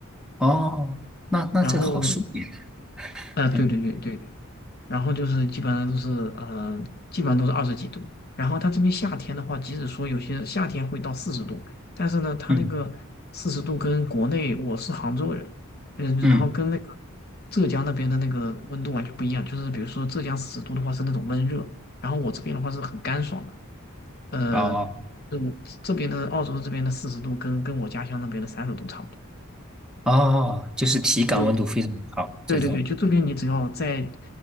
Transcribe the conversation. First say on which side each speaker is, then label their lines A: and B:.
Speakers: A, in the centre; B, on the left.
A: 哦，那那这好舒服呀。
B: 然后呃，
A: 嗯
B: 对对对对对，然后就是基本上都是呃，基本上都是二十几度。然后它这边夏天的话，即使说有些夏天会到四十度，但是呢，它那个四十度跟国内我是杭州人，
A: 嗯
B: 嗯，
A: 嗯，
B: 然后跟那个浙江那边的那个温度完全不一样。就是比如说浙江四十度的话是那种闷热，然后我这边的话是很干爽的。呃，
A: 哦
B: 就这边的澳洲这边的四十度跟跟我家乡那边的三十度差不多。
A: 哦，就是体感温度非常好，
B: 就。对对对，
A: 这种。
B: 就这边你只要在